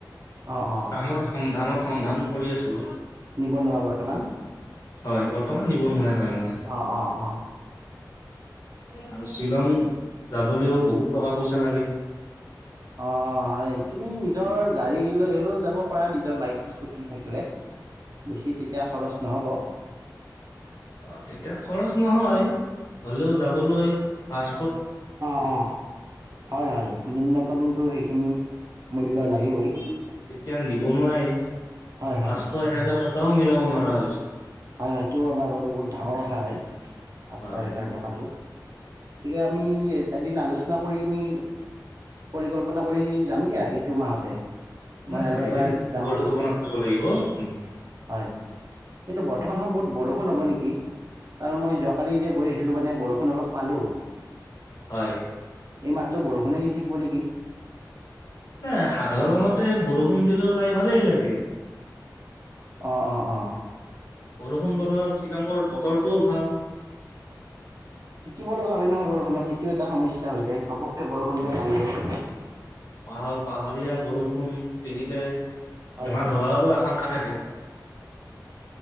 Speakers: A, on the right (about 55°); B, on the left (about 50°).
A: অ অ
B: কামৰ সন্ধানত সন্ধান কৰি আছো
A: নিবনুৱা বৰ্তমান
B: হয় বৰ্তমান নিবনুৱাই হয় মই
A: অঁ অঁ অ
B: আৰু শ্বিলং যাবলৈও বহুত টকা পইচা লাগে
A: অ হয় তুমি নিজৰ গাড়ী লৈ গলেও যাব পাৰা নিজৰ বাইক স্কুটি থাকিলে বেছি তেতিয়া খৰচ নহ'ব
B: অ তেতিয়া খৰচ নহয় হলেও যাবলৈ পাঁচ
A: অ অ হয় হয় নিম্নতমটো সেইখিনি মূল্য
B: উ
A: লাগিবই
B: যিহেতু এতিয়া নিবনুৱাই
A: হয় হয়
B: পাঁচশ এহেজাৰ টকাও মিলাব নোৱাৰা হৈছো।
A: হয় হয়টো আমাৰ বাবে বহুত ডাঙৰ কথা হয়। পাঁচশ
B: হয়
A: এহেজাৰ টকাটো। গতিকে আমি এদিন আলোচনা কৰি আমি, পৰিকল্পনা কৰি, যাম দিয়া এইটো মাহতে। মই
B: নহয়
A: আৰু এবাৰ
B: এদিন
A: যাম
B: পৰিকল্পনা
A: ভাবিছোঁ
B: কৰিব লাগিব, উ'
A: হয় কিন্তু বৰ্তমান সময় বহুত বৰষুণ হ'ব নেকি! কাৰণ মই যোৱাকালি যে গৈ আহিলোঁ মানে বৰষুণ অলপ পালোঁ।
B: হয়।
A: এই মাহটো বৰষুণে দি থাকিব নেকি?
B: নাই সাধাৰণতে, বৰষুণ দিলেও যাই ভালেই লাগে।
A: অ', অ', অ'।
B: বৰষুণ বতৰত শ্বিলঙৰ বতৰটোও ভাল।
A: তিতিঁব লগা হয় নহয় বৰষুণত, সেইটো এটা সমস্যা হৈ যায়। কে বৰষুণ সন্ধিয়া
B: অ
A: কালক <unintelligible>
B: পাহৰ পাহাৰীয়া বৰষুণ তিঁতিলে,
A: হয়
B: বেমাৰ
A: হয়
B: হোৱাৰো আশংক কথাকে,